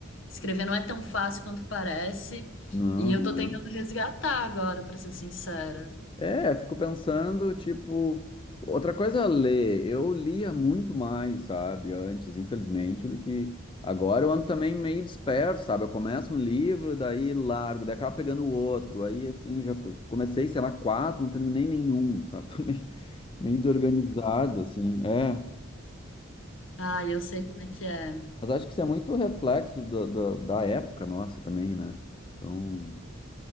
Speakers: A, on the left; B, on the left.
A: escrever não é tão fácil quanto parece.
B: Não,
A: E eu
B: não
A: tô tentando
B: é.
A: resgatar agora, pra ser sincera.
B: É, fico pensando, tipo, outra coisa é ler. Eu lia muito mais, sabe, antes, infelizmente, do que agora. Eu ando também meio disperso, sabe? Eu começo um livro, daí largo, daí acabo pegando o outro. Aí, assim, já co- comecei, sei lá, quatro, não terminei nenhum, sabe? <laughs> Tô meio, meio desorganizado, assim. É.
A: Ah, eu sei como é que é.
B: Mas acho que isso é muito reflexo da, da, da época nossa também, né? Então,